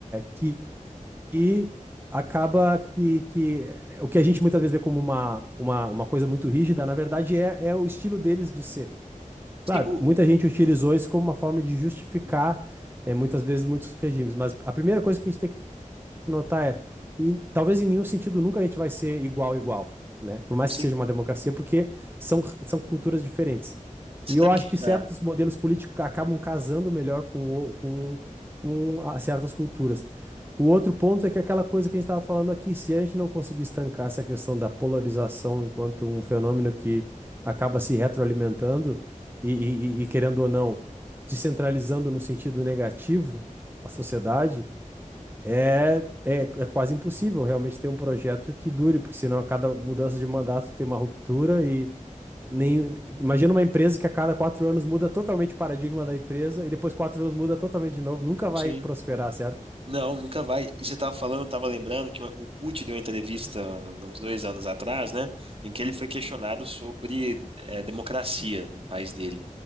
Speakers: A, on the right; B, on the right.
A: que, que acaba que, que o que a gente muitas vezes vê como uma, uma, uma coisa muito rígida, na verdade, é, é o estilo deles de ser.
B: Sim,
A: Claro,
B: o-
A: muita gente utilizou isso como uma forma de justificar, eh, muitas vezes, muitos regimes, mas a primeira coisa que a gente tem notar é, e talvez em nenhum sentido nunca a gente vai ser igual, igual, né? Por mais
B: sim.
A: que seja uma democracia, porque são, são culturas diferentes.
B: Você
A: E eu
B: sabe
A: acho
B: que.
A: que certos
B: Ah,
A: modelos políticos acabam casando melhor com, o- com, com a- certas culturas. O outro ponto é que aquela coisa que a gente estava falando aqui, se a gente não conseguir estancar essa questão da polarização enquanto um fenômeno que acaba se retroalimentando e, e e- e, querendo ou não, descentralizando no sentido negativo a sociedade, é, é, é quase impossível realmente ter um projeto que dure, porque senão a cada mudança de mandato tem uma ruptura e nem. Imagina uma empresa que a cada quatro anos muda totalmente o paradigma da empresa e depois quatro anos muda totalmente de novo, nunca vai
B: sim.
A: prosperar, certo?
B: Não, nunca vai. E você estava falando, estava lembrando que o Putin deu uma entrevista uns dois anos atrás, né? Em que ele foi questionado sobre eh, democracia no país dele.